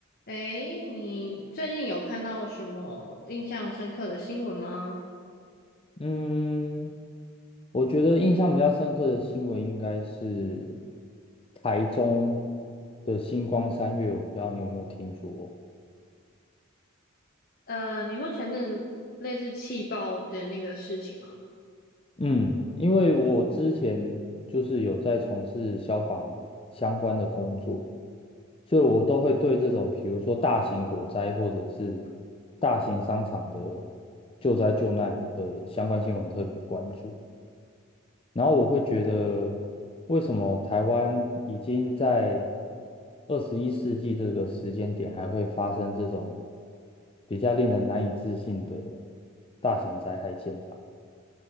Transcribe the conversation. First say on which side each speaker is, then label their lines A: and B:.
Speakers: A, on the left (about 45°); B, on the left (about 25°).
A: 诶，你最近有看到什么印象深刻的新闻吗？
B: 嗯，我觉得印象比较深刻的新闻应该是台中的星光三月，我不知道你有没有听说。
A: 呃，你说前阵子类似气爆的那个事情吗？
B: 嗯，因为我之前就是有在从事消防相关的工作，所以我都会对这种比如说大型火灾或者是大型商场的救灾救难的相关新闻特别关注。然后我会觉得，为什么台湾已经在二十一世纪这个时间点还会发生这种比较令人难以置信的大型灾害现场？